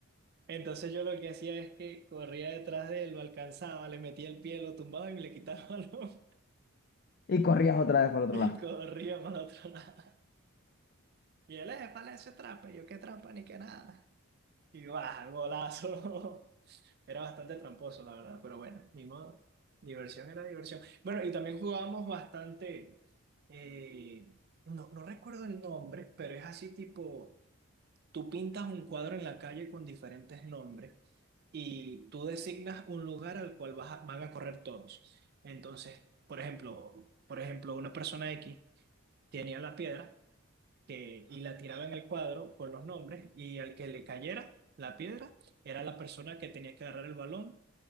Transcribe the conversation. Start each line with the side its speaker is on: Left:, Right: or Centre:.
Right: Entonces yo lo que hacía es que corría detrás de él, lo alcanzaba, le metía el pie, lo tumbaba y me le quitaba el balón
Left: Y corrías otra
Right: <laughs>
Left: vez por otro
Right: y
Left: lado.
Right: corría para el otro lado. Y él, eh, vale, eso es trampa. Y yo, qué trampa ni qué nada. Y va, golazo. <laughs> Era bastante tramposo, la verdad, pero bueno, ni modo. Diversión era diversión. Bueno, y también jugábamos bastante, eh, no, no recuerdo el nombre, pero es así tipo, tú pintas un cuadro en la calle con diferentes nombres. y tú designas un lugar al cual vas a- van a correr todos. Entonces, por ejemplo, por ejemplo, una persona X tenía la piedra que, y la tiraba en el cuadro con los nombres y al que le cayera la piedra era la persona que tenía que agarrar el balón,